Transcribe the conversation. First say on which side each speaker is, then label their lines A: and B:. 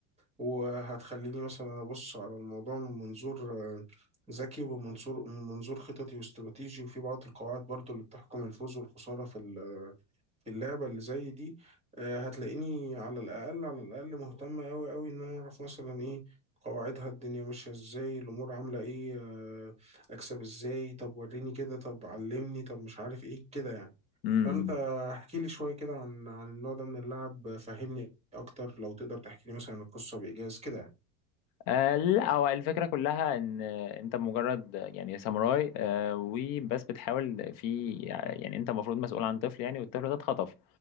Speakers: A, on the right; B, on the left.
A: وهتخليني مثلا أبص على الموضوع من منظور آه، ذكي ومن منظور من منظور خططي واستراتيجي وفي بعض القواعد برضو اللي بتحكم الفوز والخسارة في ال... في اللعبة اللي زي دي آه، هتلاقيني على الأقل على الأقل مهتم أوي أوي إن أنا أعرف مثلا إيه قواعدها الدنيا ماشية إزاي الأمور عاملة إيه آه، أكسب إزاي طب وريني كده طب علمني طب مش عارف إيه كده يعني
B: امم
A: فأنت احكي لي شوية كده عن عن النوع ده من اللعب فهمني أكتر لو تقدر تحكي لي مثلا القصة بإيجاز كده يعني
B: آه لا هو الفكرة كلها ان آه، انت مجرد آه، يعني ساموراي آه وبس بتحاول في يعني انت المفروض مسؤول عن طفل يعني والطفل ده اتخطف